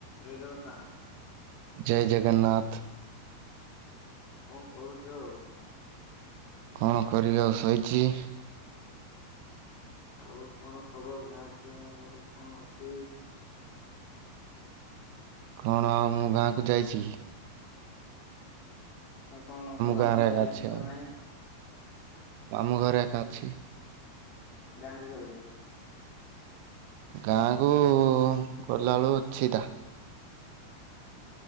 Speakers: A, on the left (about 35°); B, on the right (about 45°).
A: ଜୟ ଜଗନ୍ନାଥ
B: ଜୟ ଜଗନ୍ନାଥ।
A: କଣ କରୁଛ ଆଉ।
B: କଣ କରିବା ଆଉ ଶୋଇଛି।
A: ଆଉ କଣ ଖବର ଗାଁ ଛାଆଁ କଣ ଅଛି?
B: କଣ ଆଉ ମୁଁ ଗାଁକୁ ଯାଇଛି।
A: ଆଉ କଣ ତମ
B: ଗାଁରେ
A: ମାମୁଁ ଘରକୁ
B: ଏକା
A: ଯାଇଥିଲ
B: ଅଛି
A: ନା
B: ଆଉ
A: ନାଇଁ?
B: ମାମୁଁ ଘରେ ଏକା ଅଛି।
A: ଗାଁକୁ କେବେ ଯିବ?
B: ଗାଁ କ ଗଲାବେଳୁ ଅଛି ତା